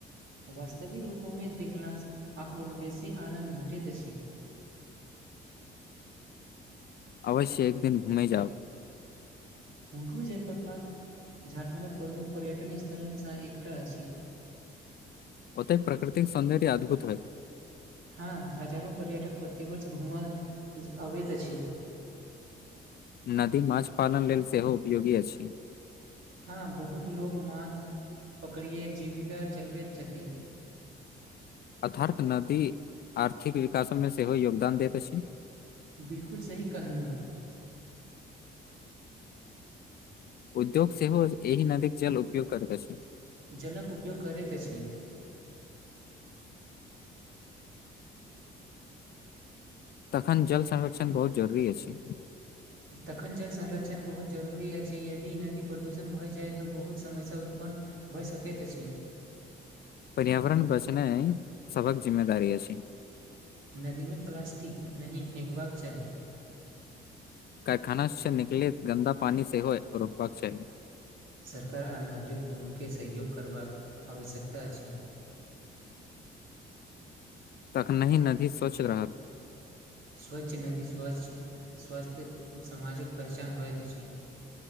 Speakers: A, on the right (about 75°); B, on the left (about 50°).
A: वास्तविक रूपमे देखला से आ आओर बेसी आनन्द भेटैत अछि
B: अवश्य एक दिन घुमे जाउ
A: हुडरू जलप्रपात झारखण्डक प्रमुख पर्यटन स्थलसँ एकटा अछि
B: ओतय प्राकृतिक सौन्दर्य अद्भुत होइ
A: हँ हजारो पर्यटक प्रतिवर्ष घूमऽ अबैत अछि
B: नदी माँछ पालन लेल सेहो उपयोगी अछि।
A: हँ बहुत लोग माछ पकड़े जीविका चलबैत छथिन
B: अथार्थ नदी आर्थिक विकासमे सेहो योगदान दैत अछि
A: बिलकुल सही कहलहुँ
B: उद्योग सेहो एहि नदीक जल उपयोग करैत अछि
A: जलक उपयोग करैत अछि
B: तखन जल संरक्षण बहुत जरूरी अछि
A: तखन जल संरक्षण बहुत जरूरी अछि यदि नदी प्रदूषण भऽ जाइ तऽ बहुत समस्या उत्पन्न भइ सकैत अछि
B: पर्यावरण बचैनाय सभक जिम्मेदारी अछि
A: नदीमे प्लास्टिक नहि फेकबाक चाहि
B: कारखाना से निकलेत गन्दा पानी सेहो रोकबाक चाहि
A: सरकार आ नागरिक दुनूके सहयोग करबाक आवश्यकता अछि
B: तखनही नदी स्वच्छ रहत
A: स्वच्छ नदी स्वच्छ स्वच्छ समाजक पहचान होइत अछि <inaudible>